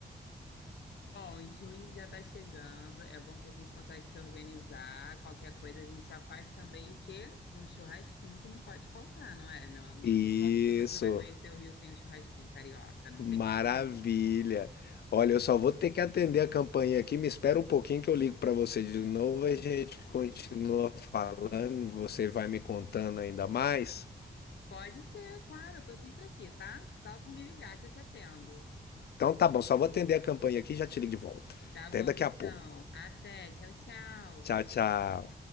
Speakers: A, on the left (about 80°); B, on the left (about 65°).
A: Bom, junho já está chegando. É bom que a gente consegue se organizar. Qualquer coisa a gente já faz também o quê? Um churrasquinho que não pode faltar, não é, meu amigo?
B: Isso,
A: Como que você vai conhecer o Rio sem um churrasquinho carioca? Não
B: maravilha.
A: tem como.
B: Olha, eu só vou ter que atender a campainha aqui. Me espera um pouquinho que eu ligo para você de novo. A gente continua falando. Você vai me contando ainda mais.
A: Pode ser, claro, eu tô sempre aqui, tá? Só me ligar que eu te atendo.
B: Então tá bom, só vou atender a campainha aqui e já te ligo de volta.
A: Tá bom,
B: Até daqui
A: então.
B: a pouco.
A: Até. Tchau, tchau.
B: Tchau, tchau.